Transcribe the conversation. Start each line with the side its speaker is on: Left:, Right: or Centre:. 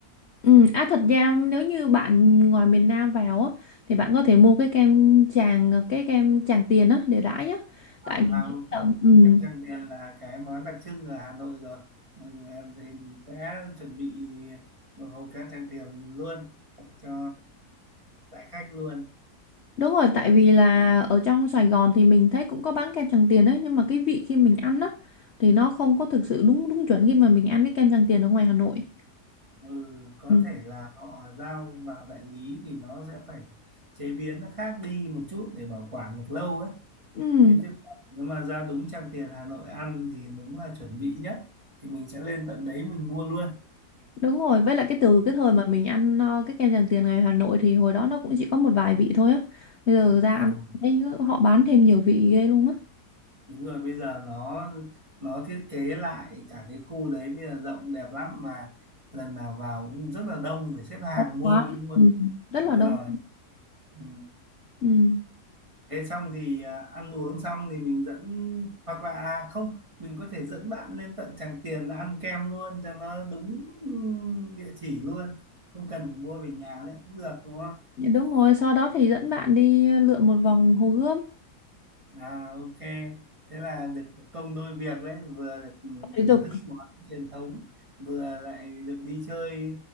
Left: Ừ. À thật ra nếu như bạn ngoài miền Nam vào á thì bạn có thể mua cái kem Tràng ờ, cái kem Tràng Tiền á để đãi á.
Right: À,
Left: Tại mình
Right: à
Left: thấy
Right: ok,
Left: là ừ,
Right: chắc rằng tiền là cái món đặc trưng ở Hà Nội rồi. Mà giờ Thì mình sẽ chuẩn bị một hộp kem Tràng Tiền luôn cho đại khách luôn.
Left: Đúng rồi, tại vì là ở trong Sài Gòn thì mình thấy cũng có bán kem Tràng Tiền đấy, nhưng mà cái vị khi mình ăn á thì nó không có thực sự đúng đúng chuẩn khi mà mình ăn cái kem Tràng Tiền ở ngoài Hà Nội.
Right: Ừ, có
Left: Ừ.
Right: thể là họ giao vào đại lý thì nó sẽ phải chế biến nó khác đi một chút để bảo quản được lâu ấy.
Left: Ừ,
Right: Thế chứ còn nếu mà ra đúng Trang Tiền Hà Nội ăn thì đúng là chuẩn bị nhất thì mình sẽ lên tận đấy mình mua luôn
Left: đúng rồi, với lại cái từ cái thời mà mình ăn ờ, cái kem Tràng Tiền ngoài Hà Nội thì hồi đó nó cũng chỉ có một vài vị thôi á. Bây giờ ra
Right: à,
Left: ăn thấy họ bán thêm nhiều vị ghê luôn á.
Right: đúng rồi bây giờ nó nó thiết kế lại cả cái khu đấy bây giờ rộng đẹp lắm mà lần nào vào cũng rất là đông phải xếp hàng
Left: Không
Right: mua
Left: có.
Right: mới mua
Left: Ừ,
Right: được.
Left: rất
Right: đúng
Left: là đông.
Right: rồi ừ.
Left: Ừ,
Right: thế xong thì à, ăn uống xong thì mình dẫn hoặc là à không mình có thể dẫn bạn lên tận Tràng Tiền ăn kem luôn cho nó đúng ừ, địa chỉ luôn không cần phải mua về nhà nữa cũng được đúng
Left: đúng rồi, sau đó thì dẫn bạn đi lượn một vòng Hồ Gươm,
Right: À ok, thế là được một công đôi việc đấy, vừa được ừ,
Left: tập Thể
Right: thưởng
Left: dục
Right: thức món truyền thống, vừa lại được đi chơi